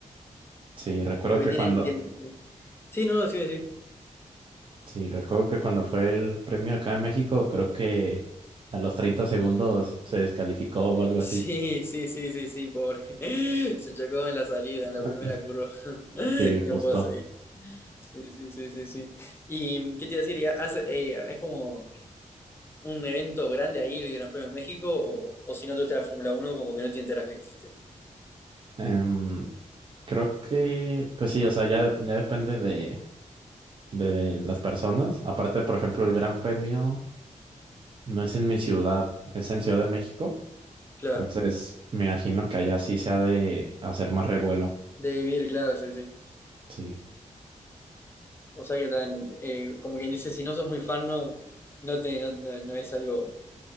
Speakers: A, on the right; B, on the left.
A: sí, recuerdo
B: Porque
A: que
B: tienen.
A: cuando,
B: tienen, tienen- sí, no, no, sí, sí.
A: sí, recuerdo que cuando fue el premio acá en México, creo que a los 30 segundos se descalificó o algo
B: Sí,
A: así.
B: sí, sí, sí, sí, pobre. <laughs> Se chocó en la salida, en la
A: Ah,
B: primera curva. <laughs>
A: Sí, justo.
B: No puedo seguir. Sí, sí, sí, sí, sí. ¿Y qué te iba a decir? ¿Y hace- eh, ¿Es como un evento grande ahí el Gran Premio de México? ¿O, o si no te gusta la Fórmula Uno como que no te enteras que existe?
A: Em, creo que, pues sí, o sea, ya, ya depende de, de las personas. Aparte, por ejemplo, el Gran Premio no es en mi ciudad, es en Ciudad de México.
B: Claro.
A: Entonces, me imagino que allá sí se ha de hacer más revuelo.
B: De vivir, claro, sí, sí.
A: Sí.
B: O sea que tan, eh, como quien dice, si no sos muy fan, no, no, te, no, no no es algo